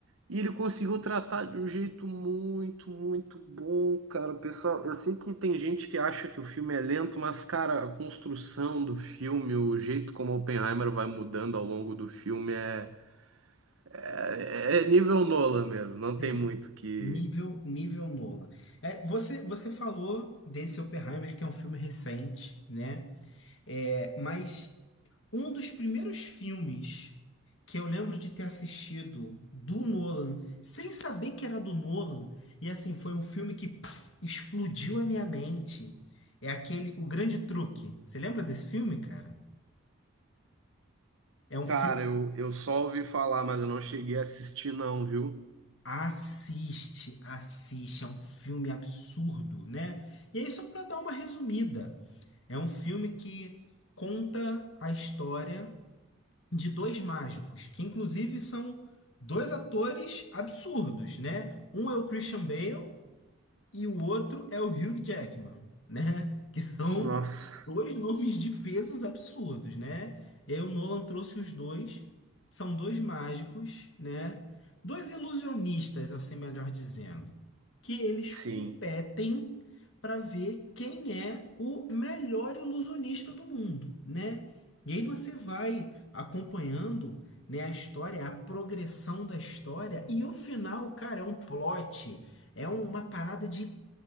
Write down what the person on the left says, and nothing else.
Sim.
Nível, nível Nolan. É, você, você falou desse Oppenheimer, que é um filme recente, né? É, mas um dos primeiros filmes que eu lembro de ter assistido do Nolan, sem saber que era do Nolan, e assim, foi um filme que puf, explodiu a minha mente. É aquele O Grande Truque. Você lembra desse filme, cara? É um
filme.
Assiste, assiste, é um filme absurdo, né? E aí, só para dar uma resumida, é um filme que conta a história. de dois mágicos, que inclusive são dois atores absurdos, né? Um é o Christian Bale e o outro é o Hugh Jackman, né? Que são
Dois nomes de pesos absurdos, né? E aí o Nolan trouxe os dois. São dois mágicos, né? Dois ilusionistas, assim melhor dizendo, que eles
competem para ver quem é o melhor ilusionista do mundo, né? E aí você vai acompanhando, né, a história, a progressão da história e o final, cara, é um plot, é uma parada de